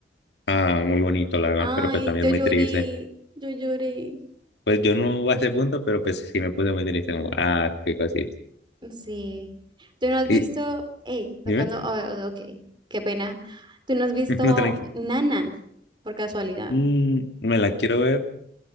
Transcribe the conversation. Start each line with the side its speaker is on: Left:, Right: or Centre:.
Left: Ah, muy bonito, la verdad,
Right: Ay,
Left: pero pues también
Right: yo
Left: muy
Right: lloré,
Left: triste.
Right: yo lloré.
Left: Pues yo no a ese punto, pero pues sí me puse muy triste, como, ah, qué cosita.
Right: Sí. ¿Tú no has visto,
Left: Y,
Right: hey, tocando,
Left: dime,
Right: oh, oh, ok, qué pena. ¿Tú no has visto
Left: <laughs> no, tranqui.
Right: Nana por casualidad?
Left: Mm, me la quiero ver,